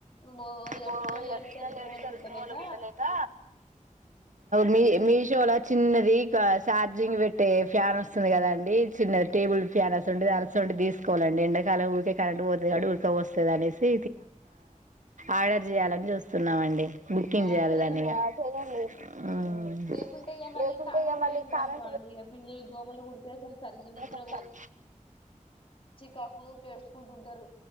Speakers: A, on the left; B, on the right.
A: బో ఇగ
B: పో
A: పిల్లలు ఏడుత్తరు
B: ఎట్
A: దోమలు
B: ఏడుస్తారు
A: కుట్టలేక
B: స <unintelligible> వాలుభసన్నాయద మీ మీషోలా చిన్నది చార్జింగ్ పెట్టే ఫ్యాన్ వస్తది కదా అండి చిన్న
A: మ్మ్.
B: టేబుల్ ఫ్యాన్ <unintelligible> ఉ అ ఉ దీస కోవాలండి ఎండాకాలం ఊరికే కరెంట్ పోతది కాబట్టి ఉడక పోస్తది అనేసి ఆర్డర్ చేయాల చూస్తున్నామండి బుకింగ్
A: ఆ
B: చేయాలి
A: చెయ్యండి
B: దాన్ని ఇక
A: మ్మ్. లేకుంటే ఇగ మళ్ళీ
B: లేకుంటే
A: కరెంట్
B: ఇ మళ్ళీ
A: పోయింది
B: కరెం
A: అనుకోండి ఇగ పిల్లలు దోమలు కుడితే అసలు సరిగ్గా నిద్ర
B: చస్తాను
A: కాకు కేసుకుంటుంటారు